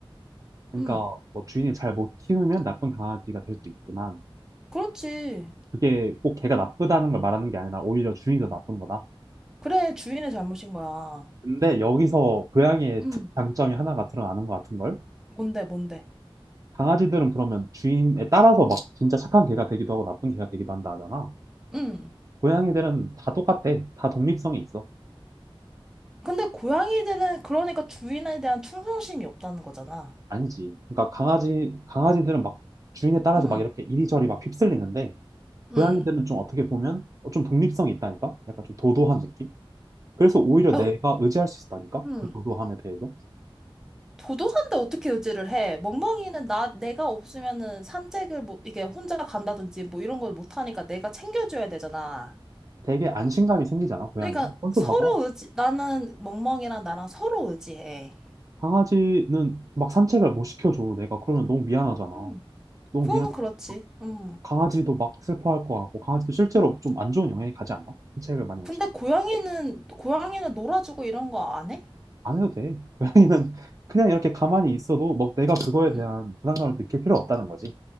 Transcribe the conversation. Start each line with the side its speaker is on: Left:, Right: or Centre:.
Right: 그러니까
Centre: 음.
Right: 뭐 주인이 잘 못 키우면 나쁜 강아지가 될 수도 있지만,
Centre: 그렇지.
Right: 그게 꼭 개가 나쁘다는 걸 말하는 게 아니라 오히려 주인이 더 나쁜 거다.
Centre: 그래. 주인의 잘못인 거야.
Right: 근데 여기서 고양이의
Centre: 음.
Right: 특 장점이 하나가 드러나는 것 같은 걸?
Centre: 뭔데 뭔데.
Right: 강아지들은 그러면 주인에 따라서 막 진짜 착한 개가 되기도 하고 나쁜 개가 되기도 한다 하잖아.
Centre: 음.
Right: 고양이들은 다 똑같아. 다 독립성이 있어.
Centre: 근데 고양이들은 그러니까 주인에 대한 충성심이 없다는 거잖아.
Right: 아니지. 그러니까 강아지 강아지들은 막 주인에 따라서
Centre: 음.
Right: 막 이렇게 이리저리 막 휩쓸리는데
Centre: 음.
Right: 고양이들은 좀 어떻게 보면 어, 좀 독립성이 있다니까? 약간 좀 도도한 느낌? 그래서 오히려
Centre: 어,
Right: 내가 의지할 수 있다니까?
Centre: 음.
Right: 그 도도함에 대해서.
Centre: 도도한데 어떻게 의지를 해? 멍멍이는 나, 내가 없으면은 산책을 못, 이게 혼자 간다든지 뭐 이런 걸 못하니까 내가 챙겨줘야 되잖아.
Right: 되게 안심감이 생기잖아, 고양이는.
Centre: 그러니까
Right: 벌써
Centre: 서로
Right: 봐봐.
Centre: 의지, 나는 멍멍이랑 나랑 서로 의지해.
Right: 강아지는 막 산책을 못 시켜줘, 내가. 그러면 너무 미안하잖아.
Centre: 음.
Right: 너무
Centre: 그건
Right: 미안하
Centre: 그렇지. 음.
Right: 강아지도 막 슬퍼할 것 같고, 강아지도 실제로 좀 안 좋은 영향이 가지 않나? 산책을 많이 안
Centre: 근데
Right: 시켜.
Centre: 고양이는, 고양이는 놀아주고 이런 거 안 해?
Right: 안 해도 돼. <laughs> 고양이는 그냥 이렇게 가만히 있어도 막 내가 그거에
Centre: 음.
Right: 대한 부담감을 느낄 필요 없다는 거지.